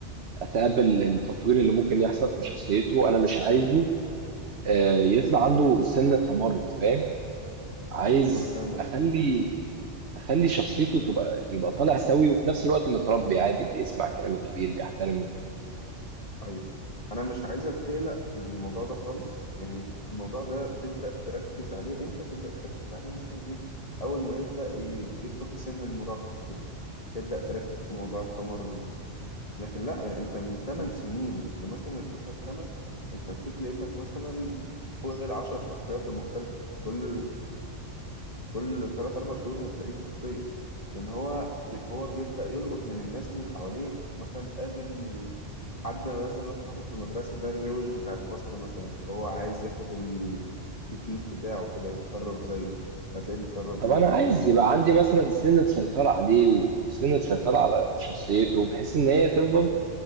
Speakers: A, on the right; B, on the left.
A: أتقبل التطوير اللي ممكن يحصل في شخصيته أنا مش عايزه آه، يطلع عنده سن التمرد فاهم عايز
B: انا فاهم
A: أخلي
B: قصدي
A: أخلي شخصيته تبقى يبقى طالع سوي وفي نفس الوقت متربي عادي بيسمع كلام الكبير بيحترمه
B: ايوه انا مش عايزك تقلق من الموضوع ده خالص يعني الموضوع ده تبدأ تركز عليه امتى تبدأ تركز عليه مثلا ايه اول ما يبدأ ي- يدخل في سن المراهقة كده تبدأ تركز في موضوع التمرد وكده لكن لا انت من 8 سنين لمثلا 12 سنة انت هتشوف لابنك مثلا فوق العشر شخصيات المختلفة كل كل 3 4 شهور هتلاقيه بشخصية لأن هو بي هو بيبدأ يلقط من الناس اللي حواليه مثلا قابل حد مثلا واحد صاحبه في المدرسة ده الروش بتاع الفصل مثلا فهو عايز ياخد الاتيتيود بتاعه كده يتصرف زيه هتلاقيه بيتصرف زيه
A: طب انا
B: في
A: عايز
B: البيت
A: يبقى
B: كده
A: عندي مثلا سنة سيطرة عليه وسنة سيطرة على شخصيته بحيث ان هي تفضل